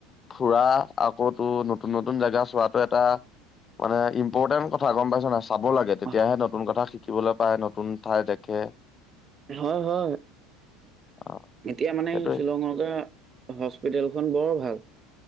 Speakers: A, on the left (about 30°); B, on the right (about 30°).
A: ফুৰা আকৌ তো নতুন নতুন জেগা চোৱাটো এটা মানে ইম্পৰ্টেণ্ট কথা গম পাইছ না চাব লাগে তেতিয়াহে
B: অহ,
A: নতুন কথা শিকিবলৈ পায় নতুন ঠাই দেখে
B: হয় হয়
A: অ
B: এতিয়া মানে
A: সেইটোৱে
B: শ্বিলঙতে হস্পিিতেলখন বৰ ভাল